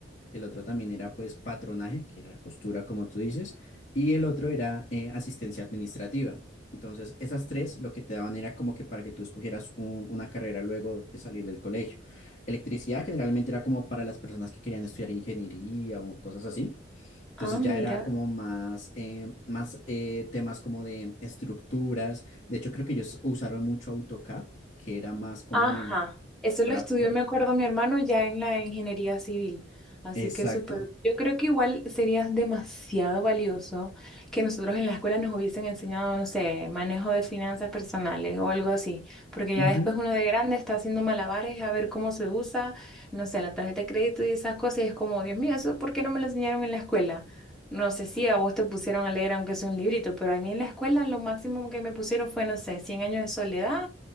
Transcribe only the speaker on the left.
el otro también era pues patronaje, que era costura, como tú dices, y el otro era eh, asistencia administrativa. Entonces, esas tres lo que te daban era como que para que tú escogieras un- una carrera luego de salir del colegio. Electricidad generalmente era como para las personas que querían estudiar ingeniería o cosas así. Entonces
ya era como más, eh, más eh, temas como de estructuras. De hecho, creo que ellos usaron mucho AutoCAD, que era más como
para
poder...
Exacto.
Ujú.